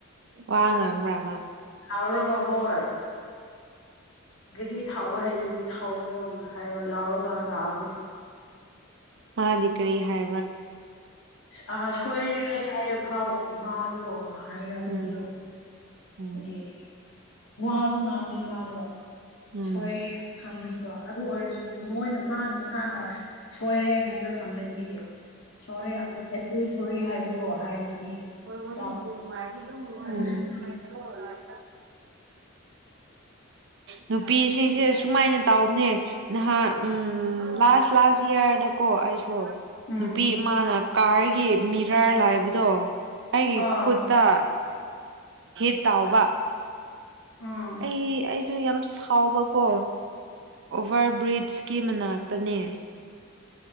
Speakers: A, on the right; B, on the left.
A: ꯋꯥꯉ ꯉꯪ꯭ꯔꯥꯉ
B: ꯊꯥꯎꯔꯒ ꯍꯣꯏ ꯔꯤ ꯊꯥꯎꯕ ꯍꯩꯇ꯭ꯗꯤ ꯊꯥꯎꯒꯅꯨ ꯍꯥꯏꯔꯒ ꯂꯥꯎꯎꯒ ꯍꯂꯥꯕꯅꯦ
A: ꯍꯥꯥ ꯛꯔꯤ ꯍꯥꯏ
B: ꯃꯥ ꯑ ꯁꯣꯏꯔꯦ ꯍꯥꯏ ꯐꯥꯎ ꯃꯥꯗꯣ ꯍꯩ ꯔꯥꯛꯗꯦ
A: ꯎꯝ ꯎꯝ
B: ꯑꯗꯨꯠ ꯋꯥꯁꯨ ꯉꯥꯡꯗꯦ ꯃꯥꯗꯣ
A: ꯎꯝ
B: ꯁꯣꯏꯑꯦ ꯈꯪꯕꯒꯤꯗꯣ ꯑꯗꯨ ꯑꯣꯏꯔꯁꯨ ꯃꯣꯏꯅ ꯃꯥ ꯊꯅꯥ ꯁꯣꯏꯔ ꯍꯥꯏꯕ ꯈꯪꯅꯗꯤꯗ ꯁꯔ ꯁꯔ ꯍꯥꯏ ꯑꯗꯨ ꯍꯥꯏꯔꯗꯤ
A: ꯍꯣꯏ ꯋꯥꯔꯤ
B: ꯈꯔ
A: ꯃꯥꯥꯏꯗꯤ ꯃ <unintelligible>
B: ꯑꯗꯨꯁꯨ
A: ꯅꯨꯄꯤꯁꯤꯡꯁꯦ ꯁꯨꯃꯥꯏꯅ ꯇꯧꯅꯦ ꯅꯍꯥꯛ ꯂꯥꯁ ꯂꯥꯁ ꯏꯌꯥꯔꯗ ꯀꯣ ꯑꯩꯁꯨ
B: ꯎꯝ
A: ꯅꯨꯄꯤ ꯏꯃꯥꯅ ꯀꯥꯔꯒꯤ ꯃꯤ ꯗ꯭ꯔꯥꯏꯔ ꯂꯥꯛꯕꯗꯣ ꯑꯩꯒꯤ
B: ꯑꯥ
A: ꯈꯨꯠꯇ ꯍꯦ ꯇꯥꯎꯋꯥ
B: ꯎꯝ
A: ꯑꯩ ꯑꯩ ꯨ ꯌꯥꯝ ꯁꯥꯎꯕꯀꯣ ꯑꯣꯚꯔ ꯕ꯭ꯔꯤꯖꯀꯤ ꯃꯅꯥꯛꯇꯅꯦ